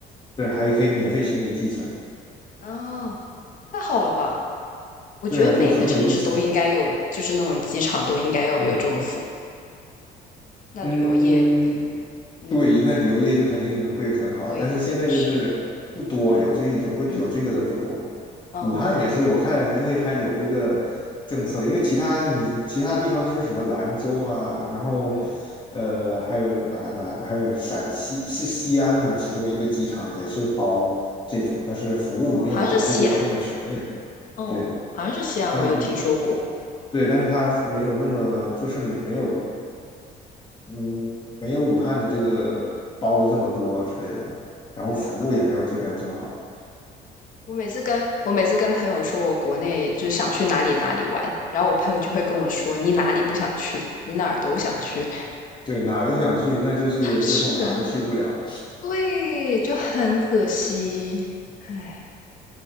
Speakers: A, on the left (about 30°); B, on the left (about 50°).
A: 对，还可以免费行李寄存，
B: 啊！太好了吧！我觉得每一个城市都应该有，
A: 对啊，就很有意思。
B: 就是那种机场都应该要有这种服务。那旅游业，
A: 嗯，
B: 嗯，
A: 对，那旅游业就肯定会很好，
B: 对呀，
A: 但是现在就是呃不多，
B: 是，
A: 有这些有个有这个的不多。
B: 嗯，哦，
A: 武汉也是，我看因为它有这个政策，因为其他你其他地方就是什么兰州啊，然后
B: 嗯，
A: 呃还有哪哪还有陕西是西安嘛，其中一个机场也是包这种，但是服务没有它这边那么全面。
B: 哦，好像是西安，哦，
A: 对，
B: 好像是西安，
A: 他们，
B: 我有听说过。
A: 嗯对，但是他没有那么，就是没没有嗯，没有武汉的这个包的这么多之类的，然后服务也没有这边这么好，
B: 对啊，我每次跟我每次跟朋友说我国内就是想去哪里哪里玩，然后我朋友就会跟我说你哪里不想去，你哪儿都想去。
A: 对，哪儿都想去，那就是最后哪儿都去不了。
B: <laughs> 是啊，对，就很可惜，唉。